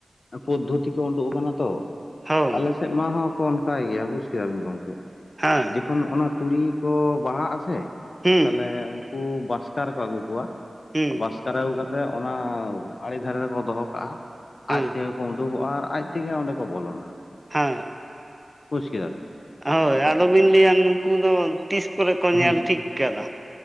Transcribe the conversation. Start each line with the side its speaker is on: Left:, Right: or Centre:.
Left: ᱯᱚᱫᱽᱫᱷᱚᱛᱤ ᱠᱚ ᱩᱰᱩᱠ ᱟᱠᱟᱱᱟ ᱛᱚ ᱾
Right: ᱦᱸ
Left: ᱟᱞᱮ
Right: <unintelligible>
Left: ᱥᱮᱫ ᱢᱟ ᱦᱚᱸᱠᱚ ᱚᱱᱠᱟᱭ ᱜᱮᱭᱟ, ᱵᱩᱡᱽ ᱠᱮᱫᱟᱵᱤᱱ ᱜᱚᱢᱠᱮ ᱾
Right: ᱦᱮᱸ
Left: ᱡᱚᱠᱷᱚᱱ ᱚᱱᱟ ᱛᱩᱲᱤ ᱠᱚ ᱵᱟᱦᱟᱜ ᱟᱥᱮ
Right: ᱦᱩᱸ
Left: ᱛᱟᱦᱚᱞᱮ ᱩᱱᱠᱩ ᱵᱟᱥᱠᱟᱨ ᱨᱮ ᱠᱚ ᱟᱹᱜᱩ ᱠᱚᱣᱟ ᱾
Right: ᱦᱩᱸ
Left: ᱵᱟᱥᱠᱟ ᱨᱮ ᱟᱹᱜᱩ ᱠᱟᱛᱮᱫ ᱚᱱᱟ ᱟᱲᱮ ᱫᱷᱟᱨᱮ ᱨᱮᱠᱚ ᱫᱚᱦᱚ ᱠᱟᱜᱼᱟ
Right: ᱦᱮᱸ
Left: ᱟᱡ ᱛᱮᱜᱮ ᱠᱚ ᱩᱰᱩ ᱠᱚᱜ-ᱟ ᱟᱡᱛᱮᱜᱮ ᱚᱸᱰᱮ ᱠᱚ ᱵᱚᱞᱚᱱᱟ ᱾
Right: ᱦᱮᱸ
Left: ᱵᱩᱡᱽ ᱠᱮᱫᱟ ᱵᱤᱱ?
Right: ᱦᱳᱭ ᱟᱫᱚᱵᱤᱱ ᱞᱟᱹᱭᱟ ᱱᱩᱠᱩ ᱫᱚ ᱛᱤᱥ ᱠᱚᱨᱮ ᱠᱚ
Left: ᱦᱮᱸ
Right: ᱧᱮᱞ ᱴᱷᱤᱠ ᱟᱠᱟᱫᱟ ᱾